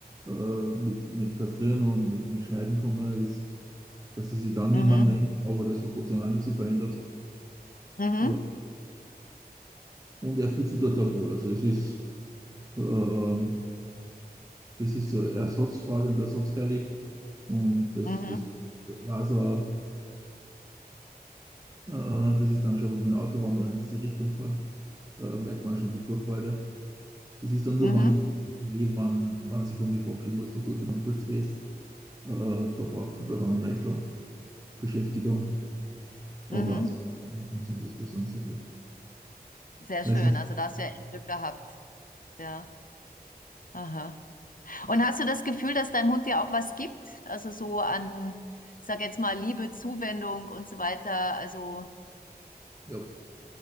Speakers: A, on the right; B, on the left.
A: äh, mit, mit Kastrieren und mit, mit Schneiden gekommen ist, dass sie sich dann nicht
B: Mhm.
A: mehr mengen, aber das hat Gott sei Dank auch nichts verändert.
B: Mhm.
A: Äh, und er fühlt sich dort auch wohl. Also es ist, äh, äh, das ist so ersatzfrei und ersatzherrlich. Und das,
B: Mhm.
A: das war's auch. Äh, das ist dann schon mit dem Auto, wenn wir in diese Richtung fahren, äh, merkt man schon die Vorfreude. Das ist dann nur,
B: Mhm.
A: wenn ich dann gehe, wenn, wenn er sich von mir verabschieden muss, da tut es dann kurz weh. Äh, da braucht
B: Mhm.
A: er dann eine Eichel Beschäftigung. Aber
B: mhm.
A: ansonsten sind das sozusagen sehr gut.
B: Sehr
A: Weil
B: schön.
A: sonst-
B: Also da hast du ja echt Glück gehabt. Ja. Aha. Und hast du das Gefühl, dass dein Hund dir auch was gibt? Also so an, ich sag jetzt mal, Liebe, Zuwendung und so weiter. Also,
A: ja,